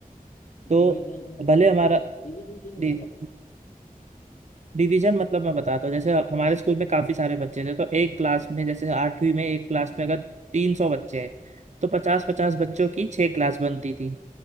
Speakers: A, on the right; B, on the left.
A: तो
B: डिवीजन मतलब
A: भले हमारा
B: डिवीजन चेंज हो
A: डि-
B: जाता
A: डिवीजन मतलब मैं बताता हूँ जैसे अब हमारे स्कूल में काफी सारे बच्चे थे तो एक क्लास में जैसे आठवीं में एक क्लास में अगर तीन सौ बच्चे हैं तो पचास पचास
B: अच्छा
A: बच्चों की छह क्लास बनती थी